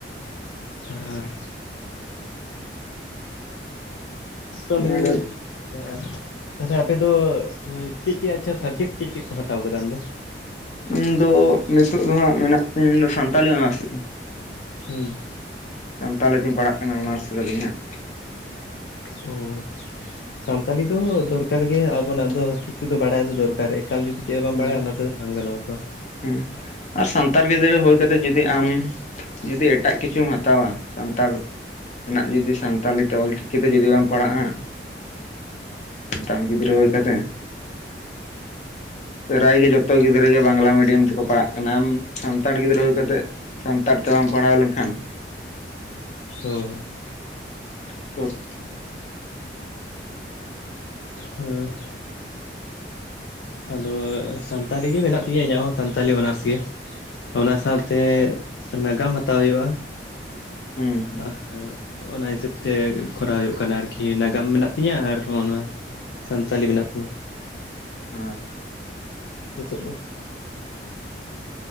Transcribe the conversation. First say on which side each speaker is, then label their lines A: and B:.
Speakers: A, on the left; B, on the left.
A: ᱟᱨ ᱛᱟᱞᱦᱮ
B: ᱚᱱᱟᱜᱮ
A: ᱟᱨ ᱛᱟᱞᱦᱮ ᱟᱯᱮ ᱫᱚ ᱪᱮᱜ ᱪᱮᱜ ᱟᱪᱪᱷᱟ ᱥᱟᱵᱽᱡᱮᱠᱴ ᱪᱮᱫ ᱪᱮᱫ ᱠᱚ ᱦᱟᱛᱟᱣ ᱠᱟᱫᱟᱢ ᱟᱢ ᱫᱚ?
B: ᱤᱧ ᱫᱚ ᱱᱤᱛᱚᱜ ᱫᱚ ᱦᱟᱸᱜ ᱢᱮᱱᱟᱜ ᱛᱤᱧ ᱫᱚ ᱥᱟᱱᱛᱟᱞᱤ ᱚᱱᱟᱨᱥ
A: ᱦᱩᱸ
B: ᱥᱟᱱᱛᱟᱞᱤ ᱛᱤᱧ ᱯᱟᱲᱟᱜ ᱠᱟᱱᱟ ᱚᱱᱟᱨᱥ ᱠᱟᱫᱤᱧ ᱦᱟᱸᱜ
A: ᱚ ᱥᱟᱱᱛᱟᱲᱤ ᱫᱚ ᱫᱚᱨᱠᱟᱨ ᱜᱮ ᱟᱵᱚᱱᱟᱜ ᱫᱚ ᱠᱤᱪᱷᱩ ᱫᱚ ᱵᱟᱲᱟᱭ ᱫᱚ ᱫᱚᱨᱠᱟᱨ ᱮᱠᱟᱞ ᱡᱩᱫᱤ ᱪᱮ ᱦᱚᱸ ᱵᱟᱢ
B: ᱦᱩᱸ
A: ᱵᱟᱲᱟᱭᱟ ᱚᱱᱟ ᱛᱮᱫᱚ ᱵᱟᱝ ᱜᱟᱱᱚᱜᱼᱟ ᱛᱮ ᱫᱚ ᱠᱟᱝᱜᱟᱞ ᱞᱚᱜᱛᱚ
B: ᱦᱩᱸ ᱟᱨ ᱥᱟᱱᱛᱟᱲ ᱜᱤᱫᱽᱨᱟᱹ ᱦᱳᱭ ᱠᱟᱛᱮᱫ ᱡᱩᱫᱤ ᱟᱢ ᱡᱩᱫᱤ ᱮᱴᱟᱜ ᱠᱤᱪᱷᱩᱢ ᱦᱟᱛᱟᱣᱟ ᱥᱟᱱᱛᱟᱲ ᱱᱟᱜ ᱡᱩᱫᱤ ᱥᱟᱱᱛᱟᱞᱤ ᱛᱮ ᱚᱞᱪᱤᱠᱤ ᱛᱮ ᱡᱩᱫᱤ ᱵᱟᱢ ᱯᱟᱲᱟᱜᱼᱟ ᱛᱟᱢ ᱜᱤᱫᱽᱨᱟᱹ ᱦᱳᱭ ᱠᱟᱛᱮ ᱯᱲᱟᱭ ᱜᱮ ᱡᱚᱛᱚ ᱜᱤᱫᱽᱨᱟᱹ ᱜᱮ ᱵᱟᱝᱞᱟ ᱢᱤ ᱰᱤᱭᱟᱢ ᱛᱮᱠᱚ ᱯᱟᱲᱟᱜ ᱠᱟᱱᱟ ᱟᱢ ᱥᱟᱱᱛᱟᱲ ᱜᱤᱫᱽᱨᱟᱹ ᱦᱳᱭ ᱠᱟᱛᱮᱫ ᱥᱟᱱᱛᱟᱲ ᱛᱮ ᱵᱟᱢ ᱯᱟᱲᱦᱟᱣ ᱞᱮᱱᱠᱷᱟᱱ
A: ᱦᱳᱭ
B: <unintelligible>
A: ᱦᱩᱸ <unintelligible> ᱟᱫᱚ ᱥᱟᱱᱛᱟᱲᱤ ᱜᱮ ᱢᱮᱱᱟᱜ ᱛᱤᱧᱟᱹ ᱤᱧᱟᱹᱜ ᱦᱚᱸ ᱥᱟᱱᱛᱟᱞᱤ ᱚᱱᱟᱨᱥ ᱜᱮ ᱚᱱᱟ ᱥᱟᱶᱛᱮ ᱱᱟᱜᱟᱢ ᱦᱟᱛᱟᱣ ᱦᱩᱭᱩᱜᱼᱟ
B: ᱦᱩᱸ
A: ᱟᱨ ᱚᱱᱟ ᱦᱤᱥᱟᱹᱵ ᱛᱮ ᱠᱚᱨᱟᱣ ᱦᱩᱭᱩᱜ ᱠᱟᱱ ᱟᱨᱠᱤ ᱱᱟᱜᱟᱢ ᱢᱮᱱᱟᱜ ᱛᱤᱧᱟ ᱟᱨ ᱦᱚᱸᱜ ᱱᱚᱣᱟ ᱥᱟᱱᱛᱟᱞᱤ ᱢᱮᱱᱟᱜ ᱛᱤᱧᱟᱹ
B: ᱟᱪᱪᱷᱟ
A: ᱱᱤᱛᱚᱜ ᱫᱚ